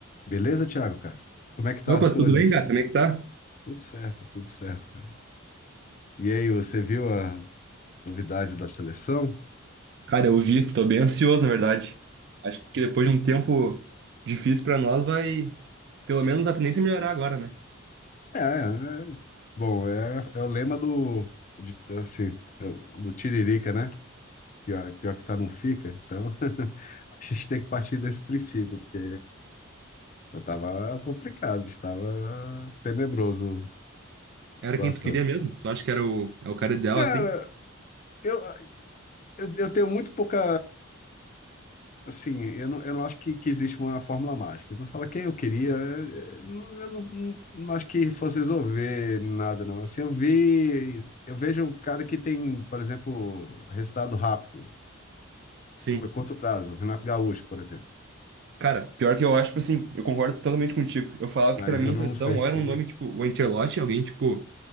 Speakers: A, on the left; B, on the right.
A: Beleza, Thiago, cara? Como é que tá
B: Opa,
A: as coisas?
B: tudo bem, cara? Como é que tá?
A: Tudo certo, tudo certo, cara. E aí, você viu a novidade da seleção?
B: Cara, eu vi, tô bem ansioso, na verdade. Acho que depois de um tempo difícil pra nós, vai pelo menos a tendência é melhorar agora, né?
A: É, é é. bom, é, é o lema do, de, assim, é o- do Tiririca, né? Pior, pior que tá, não fica. Então, <laughs> a gente tem que partir desse princípio, porque eu tava complicado, estava tenebroso a
B: Era
A: situação.
B: quem tu queria mesmo? Tu acha que era o, é o cara ideal
A: Cara,
B: assim?
A: eu, eu, eu tenho muito pouca Assim, eu não, eu não acho que, que existe uma fórmula mágica. Então, fala quem eu queria, eh, eh, não- eu não, não, não acho que fosse resolver nada, não. Assim, eu vi, eu vejo o cara que tem, por exemplo, resultado rápido,
B: Sim.
A: cu- curto prazo, Renato Gaúcho, por exemplo.
B: Cara, pior que eu acho, tipo assim, eu concordo totalmente contigo. Eu falava
A: Mas
B: que pra mim
A: eu
B: a
A: não
B: seleção
A: sei
B: ou
A: se.
B: era um nome tipo o Ancelotti, alguém tipo